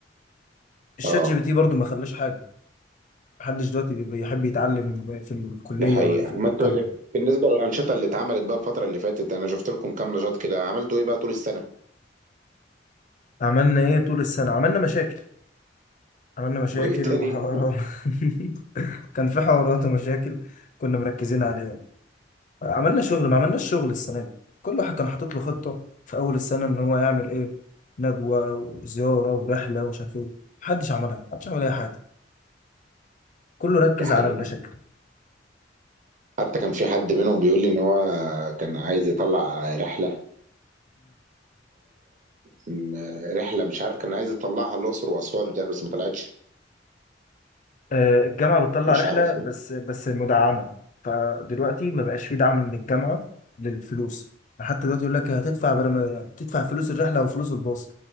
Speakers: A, on the left; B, on the right.
A: الشات
B: اه
A: جي بي تي برضو ما خلاش حاجه محدش دلوقتي بي- بيحب يتعلم في الكلية
B: دي حقيقة
A: ولا في الجامعة
B: ما انتوا ال- بالنسبة للأنشطة اللي اتعملت بقى الفترة اللي فاتت أنا شفت لكم كام نشاط كده عملتوا إيه بقى طول السنة؟
A: عملنا ايه طول السنة عملنا مشاكل عملنا مشاكل
B: <laughs> وإيه تاني؟
A: وحوارات <laughs> كان في حوارات ومشاكل كنا مركزين عليها عملنا شغل ما عملناش شغل السنة دي كل واحد كان حاطط له خطة في أول السنة إن هو يعمل ايه ندوة وزيارة ورحلة ومش عارف ايه محدش عملها محدش عمل أي حاجة كله ركز
B: دي حقيقة
A: على المشاكل
B: حتى كان في حد منهم بيقول لي إن هو كان عايز يطلع رحلة م- رحلة مش عارف كان عايز يطلعها الأقصر وأسوان مش عارف بس ما طلعتش
A: آه، الجامعة بتطلع
B: مش
A: رحلة
B: عارف
A: بس
B: ليه
A: بس مدعمة فدلوقتي ما بقاش في دعم من الجامعة للفلوس حتى دلوقتي يقول لك هتدفع بدل ما تدفع فلوس الرحلة وفلوس الباص